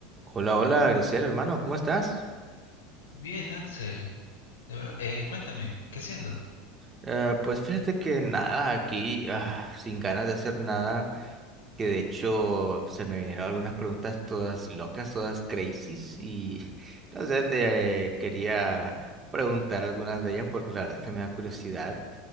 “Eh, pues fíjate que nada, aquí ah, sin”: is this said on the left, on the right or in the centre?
Right